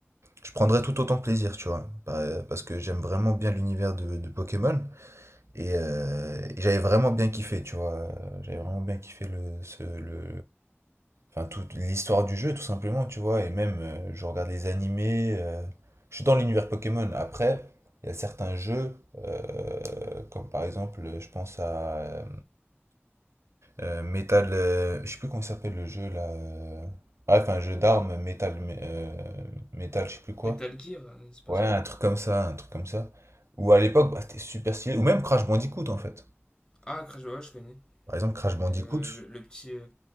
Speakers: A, on the right; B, on the left.
A: Je prendrais tout autant de plaisir, tu vois, par- euh, parce que j'aime vraiment bien l'univers de, de Pokémon et, euh, et j'avais vraiment bien kiffé, tu vois. euh, J'avais vraiment bien kiffé le, ce- le, enfin, toute l'histoire du jeu, tout simplement, tu vois. Et même, euh, je regarde les animés, euh, je suis dans l'univers Pokémon. Après, il y a certains jeux, euh, comme par exemple, je pense à. euh, euh, Metal, euh, je sais plus comment s'appelle le jeu là. euh, Bref, un jeu d'armes, Metal, euh, Metal, je sais plus quoi.
B: Metal Gear, euh, c'est pas
A: Ouais,
B: ça
A: un truc comme ça, un truc comme ça. Ou à l'époque, bah, c'était super stylé. Ou même Crash Bandicoot en fait.
B: Ah, Crash Bandicoot, je connais.
A: Par exemple, Crash Bandicoot.
B: Euh, le, le petit. euh,